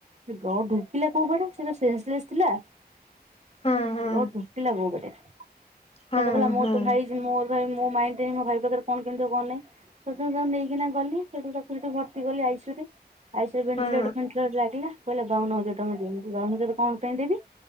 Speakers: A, on the right (about 40°); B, on the left (about 35°).
A: ସେ ବ୍ଲଡ୍ ଢୋକିଲା କୋଉ ବାଟେ? ସେ ତ ସେଶ୍ଳେଷ ଥିଲା।
B: ହଁ ହଁ
A: ବ୍ଲଡ୍ ଢୋକିଲା କୋଉ ବାଟେ? ସେ
B: ହଁ
A: ଗଲା ମୁଁ
B: ହଁ ହଁ
A: ତ ଭାଇ ମୋ ଭାଇ ମୋ ମାଇଣ୍ଡ ରେ ମୋ ଭାଇ ପାଖ ରେ କଣ କେମିତି ହବ, କଣ ନାଇ ସେଠୁଉ ତାକୁ ନେଇକିନା ଗଲି, ସେଠୁ ତାକୁ ସେଠୁ ଭର୍ତି କଲି ଆଇ ସି ଇଉ ରେ ଆଇ ସି ଇଉ ରେ ଭେଣ୍ଟିଲେଟର୍,
B: ହଁ
A: ଫେଣ୍ଟିଲେଟର୍ ଲାଗିଲା। କହିଲେ ବାଉନ ହଜାର ଟଙ୍କା ଦିଅ। ମୁଁ କହିଲି ବାଉନ ହଜାର କଣ ପାଇଁ ଦେବି?